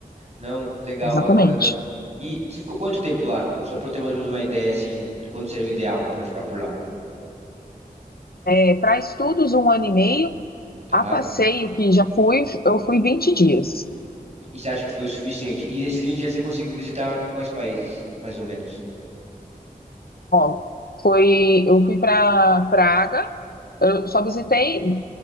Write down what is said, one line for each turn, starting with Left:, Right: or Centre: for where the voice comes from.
Right: Não, legal,
Left: Exatamente.
Right: bacana. E você ficou quanto tempo lá? Só para ter mais ou menos uma ideia, assim, de quando seria o ideal para ficar por lá,
Left: É, para estudos, um ano e meio.
Right: tá?
Left: A passeio que já fui, eu fui 20 dias.
Right: E você acha que foi suficiente? E nesses 20 dias você conseguiu visitar quais países, mais ou menos?
Left: Ó, foi, eu fui para Praga, eu só visitei,